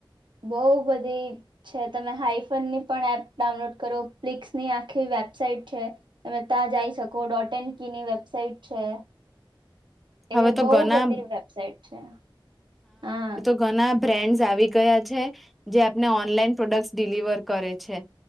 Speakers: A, on the right (about 65°); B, in the centre.
A: બહુ બધી છે તમે હાઈફોનની પણ એપ ડાઉનલોડ કરો પ્લિક્સની આખી વેબસાઇટ છે. તમે તા જાઈ શકો ડોટ એન કીની વેબસાઇટ છે એવી
B: હવે તો
A: બઉ
B: ઘણા
A: બધી વેબસાઇટ છે હા
B: ઘના બ્રેન્ડસ આવી ગયા છે જે આપને ઓનલાઈન પ્રોડક્ટ ડિલિવર કરે છે.